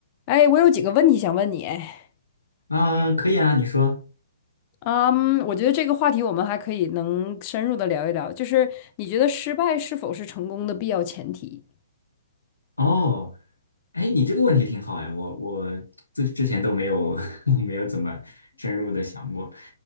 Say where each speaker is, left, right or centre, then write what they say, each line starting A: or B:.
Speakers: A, on the left (about 30°); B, on the left (about 85°).
A: 哎，我有几个问题想问你，哎，
B: 啊，可以啊，你说。
A: 嗯，我觉得这个话题我们还可以能深入的聊一聊，就是你觉得失败是否是成功的必要前提？
B: 哦，哎，你这个问题挺好哎，我我之之前都没有 <laughs> 没有怎么深入的想过。